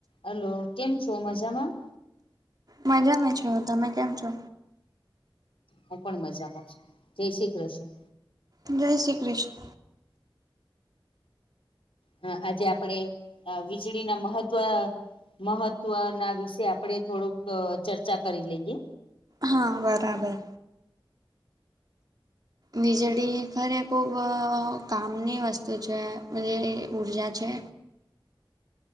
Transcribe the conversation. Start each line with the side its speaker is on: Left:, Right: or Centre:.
Left: Hello કેમ છો મજામાં
Right: મજામાં છું તમે કેમ છો
Left: હું પણ મજામાં છું જય શ્રી કૃષ્ણ
Right: જય શ્રી કૃષ્ણ
Left: હ આજે આપડે વીજળીના મહત્વ મહત્વના વિશે આપડે થોડુંક ચર્ચા કરી લઈએ
Right: હા બરાબર વીજળી ખરે ખૂબ કામની વસ્તુ છે અને એ ઊર્જા છે.